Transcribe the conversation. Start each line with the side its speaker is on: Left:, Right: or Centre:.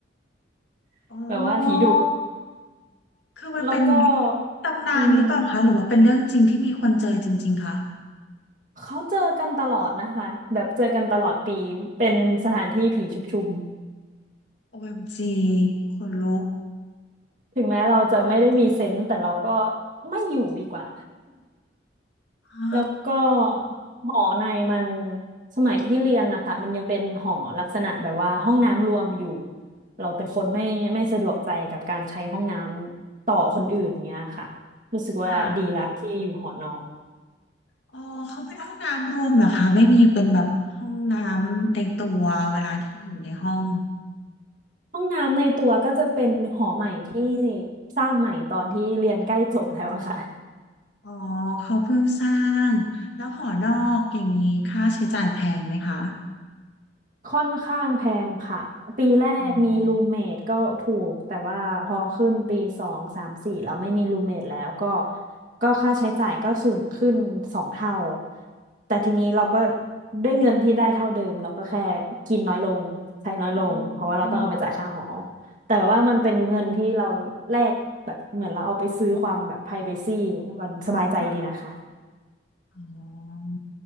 Right: <laughs>
Left: อ๋อ
Right: แบบว่าผีดุ
Left: คือมันเป็น
Right: แล้วก็
Left: ตำนานหรือเปล่าคะหรือว่าเป็นเรื่องจริงที่มีคนเจอจริงๆคะ
Right: อืม เขาเจอกันตลอดนะคะแบบเจอกันตลอดปีเป็นสถานที่ผีชุกชุม
Left: OMG คนลุก
Right: ถึงแม้เราจะไม่ได้มีเซนส์แต่เราก็ไม่อยู่ดีกว่า
Left: อ
Right: แล้วก็หอในมันสมัยที่เรียนนะคะมันยังเป็นหอลักษณะแบบว่าห้องน้ำรวมอยู่เราเป็นคนไม่ไม่สะดวกใจกับการใช้ห้องน้ำต่อคนอื่นเนี้ยค่ะรู้สึกว่าดีละที่อยู่หอนอก
Left: ่า อ๋อเขาเป็นห้องน้ำรวมเหรอคะไม่มีเป็นแบบห้องน้ำในตัวเวลาที่อยู่ในห้อง
Right: ห้องน้ำในตัวก็จะเป็นหอใหม่ที่สร้างใหม่ตอนที่เรียนใกล้จบแล้วอะค่ะ
Left: อ๋อเขาเพิ่งสร้างแล้วหอนอกอย่างนี้ค่าใช้จ่ายแพงไหมคะ
Right: ค่อนข้างแพงค่ะปีแรกมีรูมเมทก็ถูกแต่ว่าพอขึ้นปีสองสามสี่แล้วไม่มีรูมเมทแล้วก็
Left: อ๋อ
Right: ก็ค่าใช้จ่ายก็สูงขึ้นสองเท่าแต่ทีนี้เราก็ด้วยเงินที่ได้เท่าเดิมเราก็แค่กินน้อยลงใช้น้อยลงเพราะว่าเราต้องเอาไปจ่ายค่าหอ
Left: อืม
Right: แต่แบบว่ามันเป็นเงินที่เราแลกแบบเหมือนเราเอาไปซื้อความแบบไ r i v a c y มันสบายใจดีนะคะ
Left: ค่ะอ๋อ